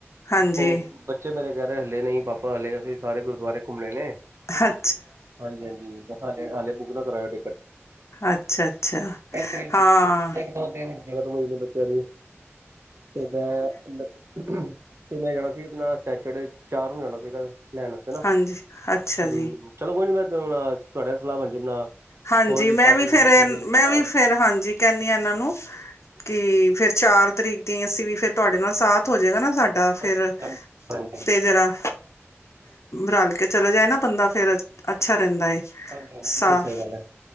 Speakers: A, on the left (about 80°); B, on the right (about 65°).
A: ਹਾਂਜੀ
B: ਉਹ ਬੱਚੇ ਮੇਰੇ ਕਹਿ ਹਲੇ ਨਹੀਂ ਪਾਪਾ ਹਲੇ ਅਸੀਂ ਸਾਰੇ ਗੁਰਦੁਆਰੇ ਘੁੰਮਣੇ ਨੇ
A: ਹਾਂ
B: ਹਾਂਜੀ ਹਾਂਜੀ ਹਾਲੇ ਹਾਲੇ ਬੁੱਕ ਨਾ ਕਰਵਾਇਓ ਟਿਕਟ
A: ਅੱਛਾ ਅੱਛਾ
B: ਇੱਕ
A: ਹਾਂ
B: ਦਿਨ ਦੋ ਦਿਨ ਖਤਮ ਹੋ ਜਾਣੀਆਂ ਬੱਚੇ ਦੀ ਤੇ ਮੈਂ ਤੇ ਮੈਂ ਜਾਣਾ ਅਸੀ ਆਪਣਾ ਸੈਚਡੇ ਚਾਰ ਨੂੰ ਜਾਣਾ ਸੀਗਾ ਲੈਣ ਵਾਸਤੇ ਨਾ
A: ਹਾਂਜੀ, ਅੱਛਾ
B: ਹਮ
A: ਜੀ।
B: ਕੋ ਨ ਮੈਂਣਾ <inaudible>
A: ਹਾਂਜੀ ਮੈਂ
B: ਭਾਜੀ
A: ਵੀ ਫੇਰ
B: ਸਾਡੀ ਫੈਮਿਲੀ ਹੋਜੇਗੀ
A: ਮੈਂ
B: ਨਾਲ
A: ਵੀ ਫੇਿਰ ਹਾਂਜੀ ਕਹਿੰਦੀ ਹਾਂ ਇਹਨਾਂ ਨੂੰ ਕੀ ਫੇਰ ਚਾਰ ਤਰੀਕ ਦੀ ਅਸੀਂ ਵੀ ਫਿਰ ਤੁਹਾਡੇ ਨਾਲ ਸਾਥ ਹੋਜਏਗਾ ਨਾ ਸਾਡਾ ਫੇਰ
B: ਹਾਂਜੀ ਹਾਂਜੀ ਹਾਂਜੀ
A: ਤੇ ਜੇਹੜਾ ਰਲ ਕੇ ਚਲੇ ਜਾਏ ਨਾ ਬੰਦਾ ਫੇਰ ਅੱਛਾ ਰਹਿੰਦਾ
B: ਹਾਂਜੀ ਬਿਲਕੁਲ
A: ਸਾਂ
B: ਸਹੀ ਗੱਲ ਹੈ